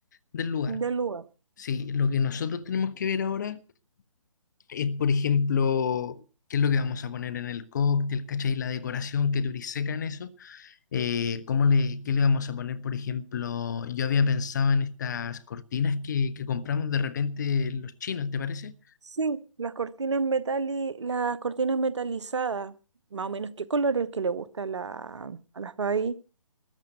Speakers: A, on the left; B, on the right.
A: del lugar.
B: del lugar.
A: Sí, lo que nosotros tenemos que ver ahora es, por ejemplo, qué es lo que vamos a poner en el cóctel, ¿cachai? La decoración, que tú eres seca en eso. Eh, ¿cómo le, qué le vamos a poner, por ejemplo? Yo había pensado en estas cortinas que, que compramos de repente los chinos, ¿te parece?
B: Sí, las cortinas metali, las cortinas metalizadas, más o menos qué color es el que le gusta a, la, a las Babi,